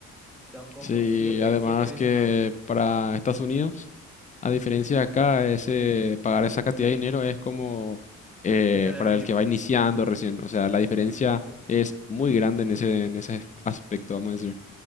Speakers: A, in the centre; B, on the left.
A: Son como
B: Sí,
A: siete
B: además
A: siete veces
B: que
A: más.
B: para Estados Unidos, a diferencia
A: Sí.
B: de acá, ese, pagar esa cantidad de dinero es como eh,
A: Sí, un salario
B: para
A: mínimo.
B: el que va iniciando recién. O sea, la diferencia
A: Sí, sí, sí, sí.
B: es muy grande en ese, en ese aspecto, vamos a decir.